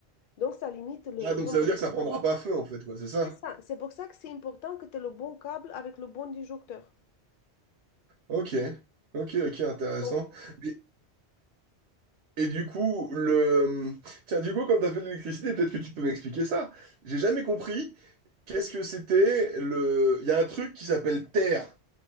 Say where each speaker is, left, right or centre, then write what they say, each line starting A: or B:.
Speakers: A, on the left; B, on the right.
A: Donc, ça limite le
B: Ah, donc
A: nombre
B: ça veut dire
A: d'incendies.
B: que ça prendra pas feu, en fait, quoi, c'est ça?
A: C'est ça, c'est pour ça que c'est important que tu aies le bon câble avec le bon disjoncteur.
B: Ok. Ok, ok, intéressant.
A: Oh,
B: Mais- Et du coup, le... Tiens, du coup, quand t'as fait de l'électricité, peut-être que tu peux m'expliquer ça. J'ai jamais compris qu'est-ce que c'était le... Il y a un truc qui s'appelle terre.